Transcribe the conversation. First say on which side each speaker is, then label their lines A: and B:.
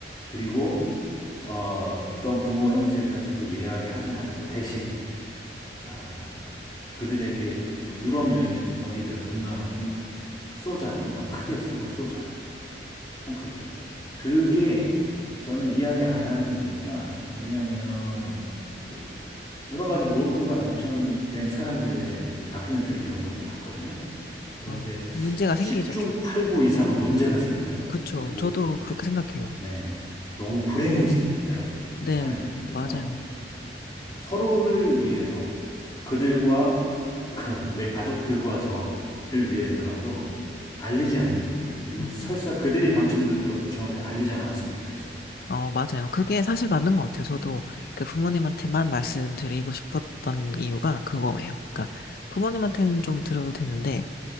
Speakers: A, on the left; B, on the left.
A: 그리고 어, 어떤 부모 형제들한테도 이야기하지 말고 대신 아, 그들에게 뭐 유럽 여행이든 어디든 동남아든 쏘자 한번 크게
B: 음,
A: 한번 쏘자 통 크게 그게 저는 이야기 안 하는 이유가 왜냐하면 그 여러 가지 뭐 로또가 당첨된 사람들의 그 다큐멘터리 이런 걸 좀 봤거든요 그런데
B: 어, 문제가 생기죠,
A: 10중
B: 좀.
A: 8구 이상은 문제가 생겨요
B: 그쵸.
A: 그리고
B: 저도 그렇게 생각해요.
A: 네, 너무 불행해지더라고요. 그
B: 네,
A: 삶이. 그래서
B: 맞아요.
A: 네, 서로를 위해서 그들과 그 내 가족들과 저를 위해서라도 알리지 않는 게 그리고
B: 음.
A: 설사 그들이 당첨되더라도 저한테 알리지 않았으면 좋겠어요.
B: 어, 맞아요. 그게 사실 맞는 것 같아요. 저도 그 부모님한테만 말씀드리고 싶었던 이유가 그거예요. 그러니까 부모님한테는 좀 들어도 되는데,